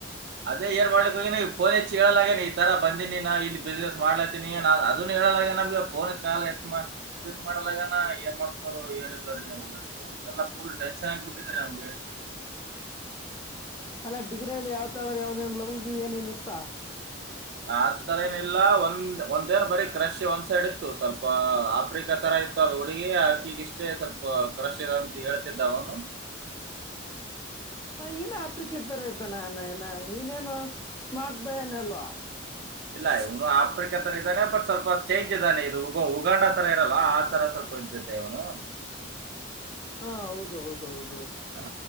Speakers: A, on the right; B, on the left.
A: ಅದೇ ಏನ್ ಮಾಡಲಕ ಹೋಗ್ಯಾನ ಏನು ಫೋನ್ ಹಚ್ಚಿ ಹೇಳಲ್ಲ ಆಗ್ಯನ ಈ ತರ ಬಂದಿದೀನಿ ನಾ ಇಲ್ಲಿ ಬಿಸ್ನೆಸ್ ಮಾಡ್ಲಾತಿನಿ ಅದನು ಹೇಳಲ್ಲ ಆಗ್ಯದ ನಮ್ಗೆ ಫೋನ್ ಕಾಲ್ ಎತ್ತಿ ಮಾಡಿ ಪಿಕ್ ಮಾಡಲ್ಲ ಆಗ್ಯನ ಏನ್ ಮಾಡ್ತಾರೋ ಏನಿಲ್ಲೋ ಎಲ್ಲಾ ಫುಲ್ ಟೆನ್ಷನ್ ಆಗಿ ಬಿಟ್ಟಿದೇ ರೀ ನಮಗೆ
B: ಅಲ್ಲ ಡಿಗ್ರಿ ಅಲ್ಲಿ ಯಾವತಾವ್ರ ಯಾವ್ದನ್ ಲವ್ ಗಿವ್ ಏನೇನ ಇತ್ತ
A: ಆ ತರ ಏನಿಲ್ಲಾ ಒಂದ್ ಒಂದೇನ್ ಬರೀ ಕ್ರಶ್ ಒಂದ್ ಸೈಡ್ ಇತ್ತು ಸ್ವಲ್ಪ ಆಫ್ರಿಕಾ ತರ ಇತ್ತು ಅದು ಅವಿಗೆ ಆಕಿಗಿಷ್ಟೇ ಸ್ವಲ್ಪ ಕ್ರಶ್ ಇರಂತ ಹೇಳ್ತಿದ್ದ ಅವನು
B: ಇವನು ಆಫ್ರಿಕ ತರ ಇದ್ದಾನೆನನ ಇವನೇನು ಸ್ಮಾರ್ಟ್ ಬಾಯ್ ಏನ್ ಅಲ್ವಾ
A: ಇಲ್ಲ ಇವನು ಆಫ್ರಿಕಾ ತರ ಇದ್ದಾನೆ ಬಟ್ ಸ್ವಲ್ಪ ಚೇಂಜ್ ಇದಾನೆ ಇದು ಉಗ ಉಗಾಂಡ ತರ ಇರಲ್ಲ ಆ ತರ ಸ್ವಲ್ಪ ಪದ್ಧತ ಇವನು
B: ಹಾ ಹೌದು ಹೌದು ಹೌದು
A: ಹ